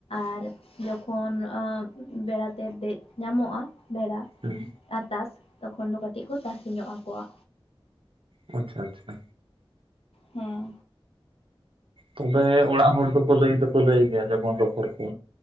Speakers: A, on the left (about 90°); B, on the right (about 65°).
A: ᱟᱨ ᱡᱚᱠᱷᱚᱱ ᱵᱮᱲᱟᱛᱮ ᱫᱮᱡ ᱧᱟᱢᱚᱜᱼᱟ᱾ ᱵᱮᱲᱟ
B: ᱦᱮᱸ
A: ᱟᱨᱛᱟᱥ ᱛᱚᱠᱷᱚᱱ ᱫᱚ ᱠᱟᱹᱴᱤᱡ ᱠᱚ ᱛᱟᱥᱮ ᱧᱚᱜ ᱟᱠᱚᱣᱟ᱾
B: ᱟᱪᱷᱟ ᱟᱪᱷᱟ᱾
A: ᱦᱮᱸ᱾
B: ᱛᱚᱵᱮ ᱚᱲᱟᱜ ᱦᱚᱲ ᱫᱚᱠᱚ ᱞᱟᱹᱭ ᱫᱚᱠᱚ ᱞᱟᱹᱭ ᱜᱮᱭᱟ ᱡᱮᱢᱚᱱ ᱨᱚᱯᱚᱲ ᱠᱚ᱾